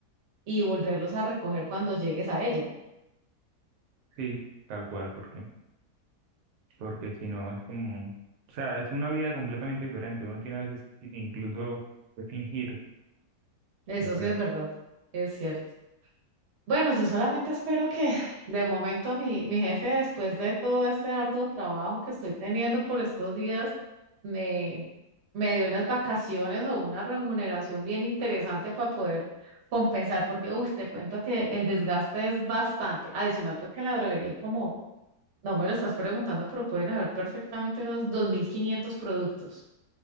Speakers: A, on the right; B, on the right.
A: y volverlos a recoger cuando llegues a ella.
B: Sí, tal cual, porque, porque si no es como, o sea, es una vida completamente diferente. Uno tiene a veces i- incluso que fingir,
A: Eso
B: yo creo.
A: sí es verdad, es cierto. Bueno, yo solamente espero que <laughs> de momento mi, mi jefe, después de todo este arduo trabajo que estoy teniendo por estos días, me, me dé unas vacaciones o una remuneración bien interesante para poder compensar, porque, uff, te cuento que el desgaste es bastante. Adicional, pues que en la droguería hay como No me lo estás preguntando, pero pueden haber perfectamente unos 2.500 productos.